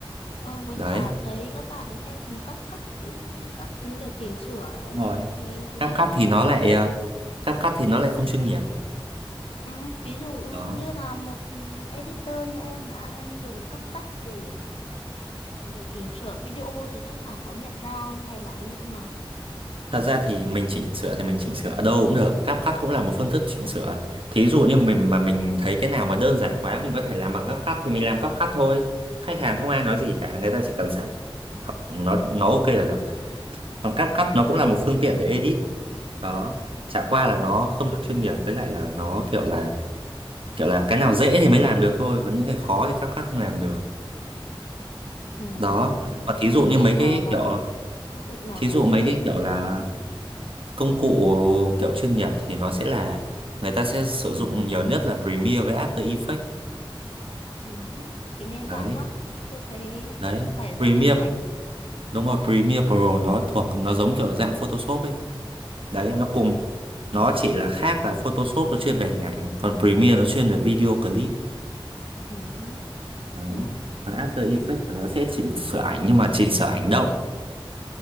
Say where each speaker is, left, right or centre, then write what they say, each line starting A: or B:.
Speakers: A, on the left; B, on the right.
A: ờ, với
B: đấy
A: cả thấy các bạn ấy hay dùng các cắt các thứ để chỉnh sửa
B: Đúng
A: ấy.
B: rồi
A: Thì, thì
B: CapCut
A: ví dụ
B: thì
A: như
B: nó
A: là
B: lại ờ, CapCut thì nó lại không chuyên nghiệp
A: ừ, ví dụ
B: đó
A: như là một editor như em mà em dùng các cắt để để chỉnh sửa video thì khách hàng có nhận ra không hay là như thế nào?
B: Thật ra thì mình chỉnh sửa thì mình chỉnh sửa ở đâu cũng được, CapCut cũng là một phương thức chỉnh sửa. Thí dụ như mình mà mình thấy cái nào mà đơn giản quá mình có thể làm bằng CapCut thì mình làm CapCut thôi. Khách hàng
A: Ừ.
B: không ai nói gì cả, người ta chỉ cần sản phẩm nó nó ok là được. Còn CapCut nó cũng là một phương tiện để edit. Đó, chả qua là nó không được chuyên nghiệp với lại là nó kiểu là kiểu là cái nào dễ thì mới làm được thôi, còn những cái khó thì CapCut không làm được.
A: Ừ.
B: Đó, còn thí
A: Thế
B: dụ
A: công
B: như
A: cụ
B: mấy cái
A: nào là
B: kiểu
A: công cụ nào
B: thí
A: là
B: dụ
A: chuyên
B: mấy
A: nghiệp?
B: cái kiểu là công cụ kiểu chuyên nghiệp thì nó sẽ là người ta sẽ sử dụng nhiều nhất là Premiere với After Effects
A: Ừ. hứ. Chị nghe
B: đấy
A: lạ quá, chưa thấy
B: đấy
A: chắc không phải
B: Premiere
A: dân trong ngành.
B: đúng rồi Premiere Pro nó thuộc nó giống kiểu dạng Photoshop ấy đấy
A: Ờ,
B: nó cùng nó chỉ là khác là Photoshop nó chuyên về hình ảnh còn Premiere nó chuyên về video clip
A: Ừ. hứ.
B: đấy
A: Ừ.
B: còn After Effects thì nó sẽ chỉnh sửa ảnh nhưng mà chỉnh sửa ảnh động